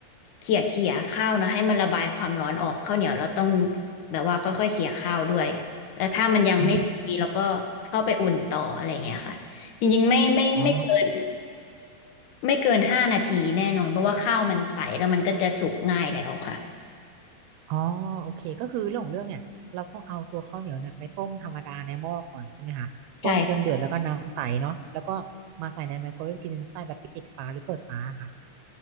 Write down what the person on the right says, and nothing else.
อืมอ๋อ
อ๋อโอเคก็คือเรื่องของเรื่องเนี่ยเราต้องเอาตัวข้าวเหนียวเนี่ยไปต้มธรรมดาในหม้อก่อนใช่ไหมคะต้มจนเดือดแล้วก็น้ำใสเนาะแล้วก็มาใส่ในไมโครเวฟอีกทีนึงใต้แบบปิดฝาหรือเปิดฝาค่ะ